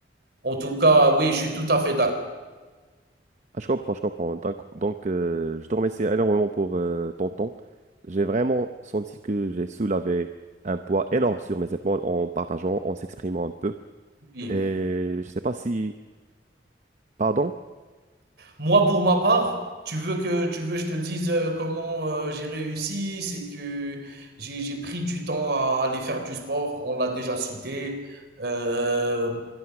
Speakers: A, on the right; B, on the right.
A: en tout cas, oui, je suis tout à fait d'accord.
B: Ah, je comprends, je comprends. Donc, donc euh, je te remercie énormément pour euh, ton temps. J'ai vraiment senti que j'ai soulevé un poids énorme sur mes épaules en partageant, en s'exprimant un peu.
A: Oui.
B: Et je sais pas si... Pardon?
A: Moi, pour ma part, tu veux que tu veux que je te dise euh, comment euh, j'ai réussi, c'est que j'ai j'ai pris du temps à aller faire du sport, on l'a déjà cité. Euh,